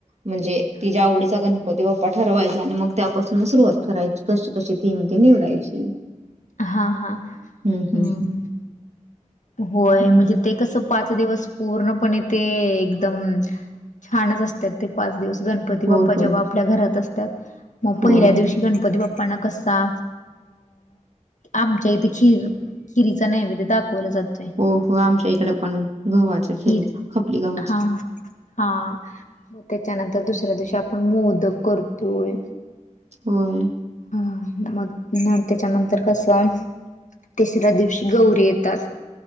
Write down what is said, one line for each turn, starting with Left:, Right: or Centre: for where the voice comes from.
Right: म्हणजे तिच्या्या
Left: हा
Right: आवडीचा ग. ती बाप्पा ठरवायचा आणि मग त्यापासून सुरुवात करायची कशी कशी थीम ते निवडायची.
Left: हा हाम्
Right: हम्म हम्म.
Left: होय
Right: हम्म.
Left: म्हणजे ते कसं पाच दिवस पूर्णपणे ते एकदम. छानच असतात ते पाच दिवस गणपती बाप्पा
Right: होय होय
Left: जेव्हा आपल्या घरात असतात मग
Right: होय
Left: पहिल्या दिवशी गणपती बाप्पांना कसा? आमच्या इथे खिर खिरीचा नैवेद्य दाखवलं जात.
Right: हो हो आमच्या इकडे पण गव्हाच्या
Left: खीर
Right: खेरीच्या खपली गवा्हाच्या
Left: हा हा मग त्याच्यानंतर दुसऱ्या दिवशी आपण मोदक करतोय.
Right: होय.
Left: हा म तेच्या नंतर कसं हाय तिसऱ्या दिवशी गौरी येतात.